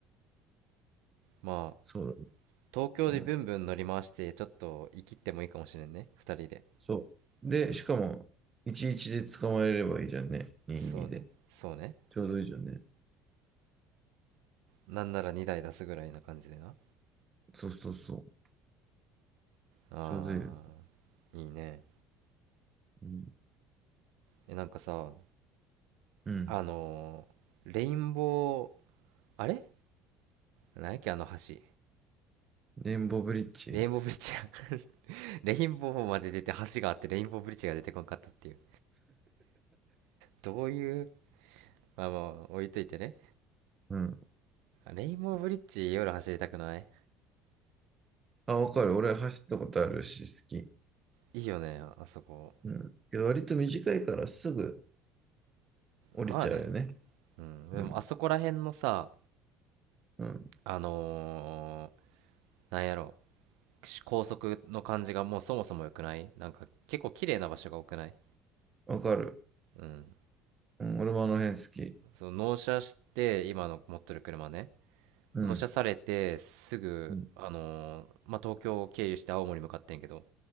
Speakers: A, on the right (about 80°); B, on the right (about 20°).
A: まあ、
B: そう
A: 東京でブンブン乗り回して、
B: だ、うん。
A: ちょっと生きってもいいかもしれんね。二人で。
B: そう。で、
A: うん。
B: しかも、11で捕まえればいいじゃんね。22で。
A: そうね。そうね。
B: ちょうどいいじゃんね。
A: なんなら2台出すぐらいな感じでな。
B: そうそうそう。
A: あ
B: ちょうどいいよ。
A: ー、いいね。
B: うん。
A: え、なんかさ、
B: うん。
A: あのーレインボー、あれなんやっけ、あの橋。
B: レインボーブリッジ。
A: レインボーブリッジや <laughs> レインボーまで出て橋があってレインボーブリッジが出てこんかったっていう。どういう、まあまあ、置いといてね。
B: うん。
A: レインボーブリッジ夜走りたくない
B: あ、わかる。俺走ったことあるし、好き。
A: いいよね、あそこ。
B: うん。けど割と短いからすぐ降りちゃうよね。
A: まあね、うん。でもあそこら辺のさ、
B: うん。うん。
A: あのー、なんやろ、し高速の感じがもうそもそも良くないなんか結構綺麗な場所が多くない
B: わかる。
A: うん。
B: うん。俺もあの辺好き。
A: その納車して、今の持ってる車ね。
B: うん。
A: 納車されて、すぐ、
B: うん。
A: あのーまあ、東京を経由して青森向かってんけど、